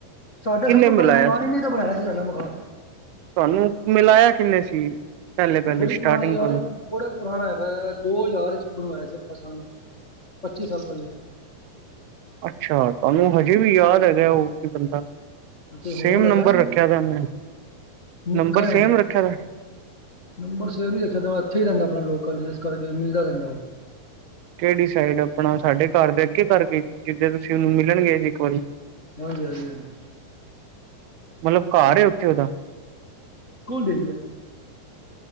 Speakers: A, on the left; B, on the right.
A: ਸਾਡਾ
B: ਕਿੰਨੇ
A: ਸਭ ਤੋਂ
B: ਮਿਲਾਇਆ
A: ਪਹਿਲਾਂ ਮਕਾਨ ਹੀ ਨਹੀਂ ਤਾਂ ਬਣਾਇਆ ਸੀ ਸਾਡਾ ਮਕਾਨ
B: ਤੁਹਾਨੂੰ ਮਿਲਾਇਆ। ਕਿੰਨੇ ਸੀ। ਪਹਿਲੇ ਪਹਿਲੇ
A: ਬੜੀ
B: ਸਟਾਰਟਿੰਗ
A: ਪੁਰਾਣੀ ਯਾਰ
B: ਤੋਂ
A: ਬੜਾ ਪੁਰਾਣਾ ਹੈਗਾ ਦੋ ਹਜ਼ਾਰ ਚ ਬਣਵਾਇਆ ਸੀ। ਸਾਲ ਪੱਚੀ ਸਾਲ ਪੱਲੇ <inaudible>
B: ਅੱਛਾ ਤੁਹਾਨੂੰ ਹਜੇ ਵੀ ਯਾਦ ਹੈਗਾ ਉਹ ਬੰਦਾ
A: ਤੇ ਹੋਰ
B: ਸੇਮ
A: ਹੈਗਾ
B: ਨੰਬਰ ਰੱਖਿਆ ਦਾ ਉਹਨੇ
A: ਨਿਕਲ
B: ਨੰਬਰ ਸੇਮ ਰੱਖਿਆ ਦਾ
A: ਨੰਬਰ ਸੇਵੀ ਦੇਖਿਆ ਤਾਂ ਬਾ <inaudible> ਰਹਿੰਦਾ ਆਪਣਾ ਲੋਕਲ ਜਿਸ ਕਰਕੇ ਮਿਲਦਾ ਰਹਿੰਦਾ ਉਹ
B: ਕਿਹੜੀ ਸਾਈਡ ਆਪਣਾ ਸਾਡੇ ਘਰ ਦੇ ਅੱਗੇ ਕਰਕੇ ਜਿੱਦੇ ਤੁਸੀਂ ਉਹਨੂੰ ਮਿਲਣ ਗਏ ਸੀ ਇੱਕ ਵਾਰੀ
A: ਹਾਂਜੀ ਹਾਂਜੀ ਹਾਂਜੀ
B: ਮਤਲਬ ਘਰ ਏ ਉੱਥੇ ਉਹਦਾ
A: ਕੌਣ ਦੇ ਗਿਆ